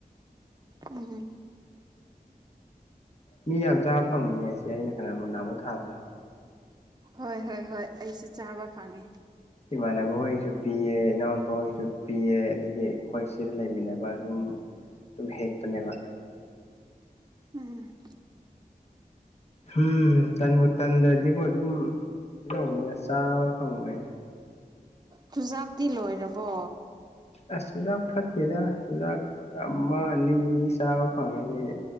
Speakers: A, on the right (about 25°); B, on the left (about 45°).
A: ꯎꯝ
B: ꯃꯤ ꯌꯥꯝ ꯆꯥꯕ ꯐꯪꯕꯅꯦ ꯁꯤ ꯑꯩꯅ ꯀꯅꯥꯕ ꯅꯍꯥꯃꯨꯛ ꯊꯥꯕꯗꫭ
A: ꯍꯣꯏ ꯍꯣꯏ ꯍꯣꯏ ꯑꯩꯁꯨ ꯆꯥꯕ ꯐꯪꯉꯦ
B: ꯏꯃꯥꯟꯅꯕ ꯍꯣꯏꯒꯤꯁꯨ ꯄꯤꯌꯦ ꯏꯅꯥꯎꯅꯨꯄꯥ ꯍꯣꯏꯁꯨ ꯄꯤꯌꯦ ꯑꯗꯒꯤ ꯑꯩꯈꯣꯏ ꯁꯤꯗ ꯂꯩꯃꯤꯟꯅꯕ ꯑꯗꯨꯝ ꯇꯨꯝ ꯍꯦꯛꯄꯅꯦꯕ
A: ꯎꯝ
B: ꯍꯨꯝ ꯇꯟꯕꯨ ꯇꯟꯗ꯭ꯔꯗꯤꯕꫭ ꯑꯗꯨꯝ ꯂꫭꯏꯅ ꯆꯥꯕ ꯐꯪꯕꯅꯤꯗ
A: ꯆꯨꯖꯥꯛꯇꯤ ꯂꯣꯏꯔꯕꯣ
B: ꯑꯁ ꯆꯨꯖꯥꯛ ꯐꯠꯇꯦꯗ ꯆꯨꯖꯥꯛ ꯑꯃ ꯑꯅꯤꯗꯤ ꯆꯥꯕ ꯐꯪꯉꯦ ꯑꯗꯩꯗꯤ